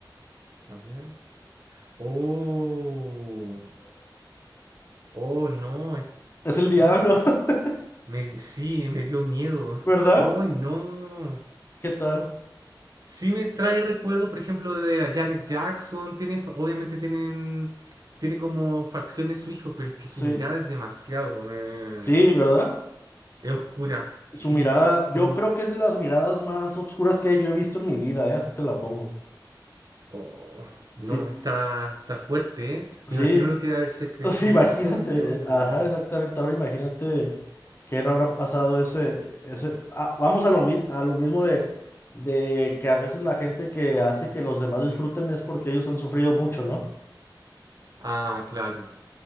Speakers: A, on the right (about 50°); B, on the left (about 30°).
A: A ver. Oh, oh, no. es-
B: Es el diablo,
A: <gasps>
B: <laughs>
A: Me, di- sí, me dio miedo.
B: ¿verdad?
A: ¡Ay, no!
B: ¿Qué tal?
A: Sí me trae recuerdo, por ejemplo, de la Janet Jackson. Tiene, fa- obviamente tienen, tiene como facciones su hijo, pero es que su
B: Sí,
A: mirada es demasiado. me-
B: sí, ¿verdad?
A: es oscura, sí.
B: Su mirada,
A: como.
B: yo creo que es de las miradas más oscuras que yo he visto en mi vida, ¿eh? Así te la pongo.
A: Oh, no,
B: Sí,
A: está, está fuerte, ¿eh?
B: sí,
A: Me imagino lo que era haberse crecido
B: <laughs> Sí, imagínate,
A: con ese hombre.
B: ajá, exactamente. Ahora imagínate que no habrá pasado ese, ese. ah, vamos a lo, mi- a lo mismo de, de que a veces la gente que hace que los demás disfruten es porque ellos han sufrido mucho, ¿no?
A: Ah, claro,